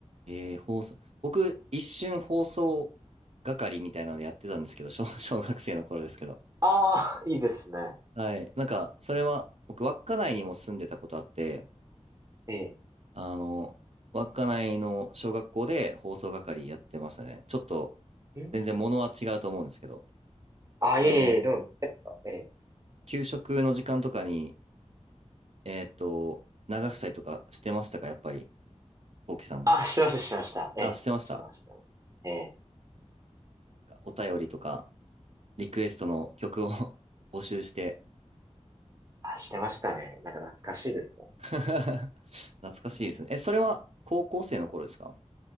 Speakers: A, on the right; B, on the right.
A: えー、放送。僕、一瞬放送係みたいなのやってたんですけど、小、<laughs> 小学生の頃ですけど。
B: ああー、いいですね。
A: はい。なんか、それは、僕、稚内にも住んでたことあって、
B: ええ
A: あの、稚内の小学校で放送係やってましたね。ちょっと、
B: えー
A: 全然物は違うと思うんですけど、
B: あ、
A: あの、
B: いえいえ、でも、やっぱ、ええ。
A: 給食の時間とかに、えっと、流したりとかしてましたか、やっぱり、こうきさんも。
B: あ、してました、してました。ええ、
A: あ、してました。
B: してましたね。ええ。
A: お便りとか。リクエストの曲を
B: うん。
A: <laughs> 募集して
B: あ、してましたね。なんか懐かしいですね。
A: <laughs> 懐かしいですね。え、それは高校生の頃ですか